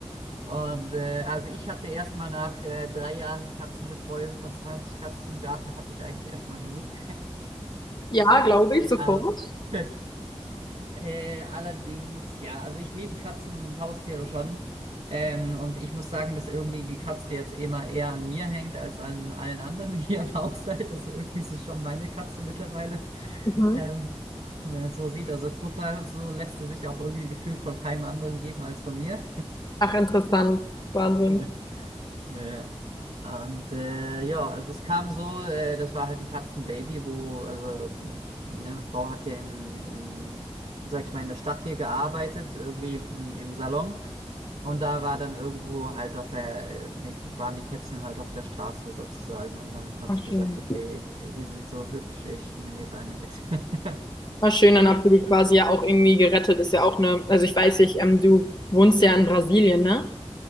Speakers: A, on the right; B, on the left.
A: Und äh, also ich hatte erstmal nach äh, drei Jahren Katzenbetreuung von 20 Katzen im Garten, hatte ich eigentlich erstmal genug.
B: Ja, glaube ich, sofort.
A: Aber <laughs> äh, allerdings, ja, also ich liebe Katzen und Haustiere schon. Ähm, und ich muss sagen, dass irgendwie die Katze jetzt immer eher an mir hängt als an allen anderen <laughs> hier im Haushalt. Also irgendwie ist es schon meine Katze mittlerweile.
B: Mhm.
A: Ähm, wenn man es so sieht, also Futter, so lässt sie sich auch irgendwie gefühlt von keinem anderen geben als von mir.
B: Ach, interessant. Wahnsinn.
A: <laughs> Äh, Und äh, ja, also es kam so, äh, das war halt ein Katzenbaby, wo, also ne, meine Frau hat hier im, im, sag ich mal, in der Stadt hier gearbeitet, irgendwie im, im Salon. Und da war dann irgendwo halt auf der, äh, ne, waren die Kätzchen halt auf der Straße sozusagen. Und dann hat
B: Ah,
A: sie
B: schön.
A: gesagt, okay, ich, die sind so hübsch, ich nehme jetzt eine mit. <laughs>
B: War schön, dann habt ihr die quasi ja auch irgendwie gerettet. Ist ja auch eine, also ich weiß nicht, ähm, du wohnst ja in Brasilien, ne?